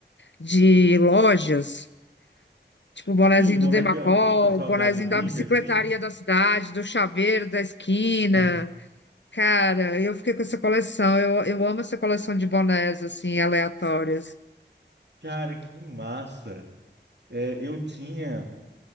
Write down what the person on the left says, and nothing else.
de lojas, tipo o bonézinho
do Demacol,
o bonézinho
da bicicletaria
da cidade, do chaveiro da esquina.
Cara, eu fiquei com essa coleção, eu, eu amo essa coleção de bonés, assim, aleatórias.